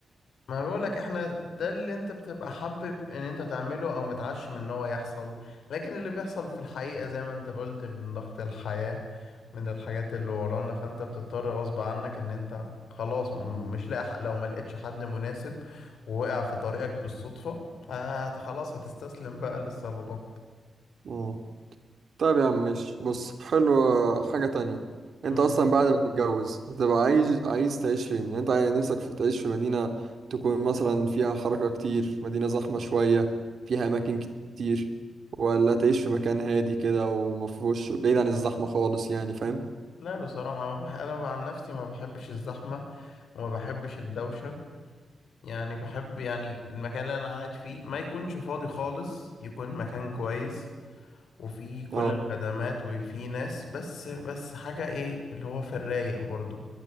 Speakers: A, on the left (about 80°); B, on the right (about 65°).
A: ما بقولك احنا ده اللي انت بتبقى حابب ان انت تعمله او متعشم ان هو يحصل لكن اللي بيحصل في الحقيقة زي ما انت قلت من ضغط الحياة من الحاجات اللي ورانا فانت بتضطر غصب عنك ان انت خلاص م- مش لاقي حق- لو ما لقيتش حد مناسب ووقع في طريقك بالصدفة هت خلاص هتستسلم بقى للصالونات
B: مم. طيب يا عم ماشي بص حلوة حاجة تانية انت
A: مم.
B: اصلا بعد ما تتجوز هتبقى عايز عايز تعيش فين يعني انت عايز نفسك في تعيش في مدينة تكون مثلا فيها حركة كتير مدينة زحمة شوية فيها اماكن كتير ولا تعيش في مكان هادي كده ومفهوش بعيد عن الزحمة خالص يعني فاهم
A: لا بصراحة ما بح... انا عن نفسي ما بحبش الزحمة وما بحبش الدوشة يعني بحب يعني المكان اللي انا قاعد فيه ما يكونش فاضي خالص يكون مكان كويس وفيه كل
B: اه
A: الخدمات وفيه ناس بس بس حاجة ايه اللي هو في الرايق برضو